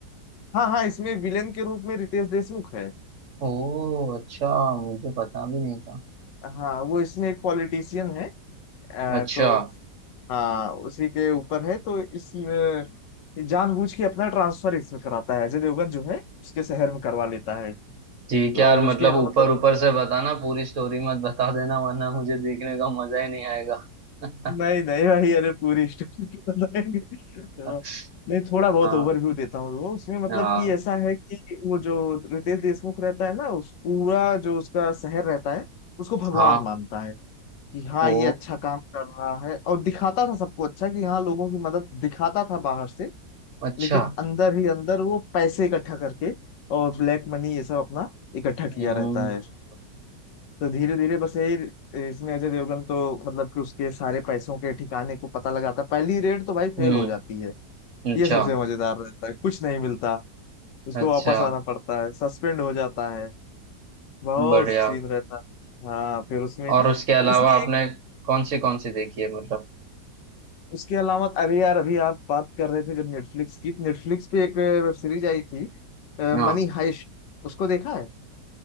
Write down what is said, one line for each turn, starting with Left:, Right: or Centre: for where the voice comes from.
Left: हाँ हाँ इसमें विलेन के रूप में रितेश देशमुख है
Right: ओ अच्छा मुझे पता भी नहीं था
Left: हाँ वो इसमें एक पॉलिटिशियन है अ,
Right: अच्छा
Left: तो हाँ उसी के ऊपर है तो इस अ, जानबूझ के अपना ट्रांसफर इसमें कराता है अजय देवगन जो है उसके शहर में करवा लेता है
Right: ठीक है
Left: और
Right: यार
Left: उसके
Right: मतलब
Left: यहाँ
Right: ऊपर
Left: मतलब
Right: ऊपर से बताना पूरी स्टोरी मत बता देना वरना मुझे देखने का मजा ही नहीं आएगा
Left: नहीं नहीं भाई अरे पूरी स्टोरी क्यों बताएंगे चलो
Right: <laughs>
Left: नहीं थोड़ा बहुत
Right: हाँ
Left: ओवरव्यू देता हूँ वो उसमें मतलब
Right: हाँ
Left: कि ऐसा है कि वो जो रितेश देशमुख रहता है ना उस पूरा जो उसका शहर रहता है उसको भगवान
Right: हाँ
Left: मानता है कि हाँ
Right: ओ
Left: ये अच्छा काम कर रहा है और दिखाता था सबको अच्छा कि हाँ लोगों की मदद दिखाता था बाहर से
Right: अच्छा
Left: लेकिन अंदर ही अंदर वो पैसे इकट्ठा करके और ब्लैक मनी ये सब अपना इकट्ठा किया
Right: हम्म
Left: रहता है तो धीरे धीरे बस यही इसमें अजय देवगन तो मतलब कि उसके सारे पैसों के ठिकाने को पता लगाता है पहली रेड तो भाई फेल
Right: हम्म
Left: हो जाती है
Right: अच्छा
Left: ये सबसे मजेदार रहता है कुछ नहीं मिलता उसको
Right: अच्छा
Left: वापस आना पड़ता है सस्पेंड हो जाता है बहुत
Right: बढ़िया
Left: सीन रहता है हाँ फिर उसमें
Right: और उसके अलावा
Left: इसमें एक
Right: आपने कौन सी कौन सी देखी है मतलब
Left: उसके अलावा अरे यार अभी आप बात कर रहे थे जब नेटफ्लिक्स की नेटफ्लिक्स पे एक वेब सीरीज आई थी
Right: हाँ
Left: मनी हाइस्ट उसको देखा है